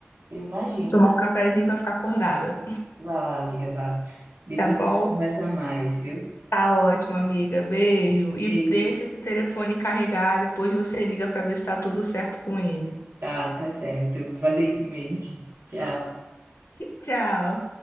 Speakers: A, on the right; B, on the left.
A: Eu imagino.
B: Vou tomar um cafezinho pra ficar acordada.
A: vai lá, amiga, vá. Depois
B: Tá bom?
A: a gente conversa mais, viu?
B: Tá ótimo, amiga. Beijo.
A: Beijo.
B: E deixa esse telefone carregar, depois você liga pra ver se tá tudo certo com ele.
A: Tá, tá certo. Eu vou fazer isso mesmo. <laughs> Tchau.
B: Tchau.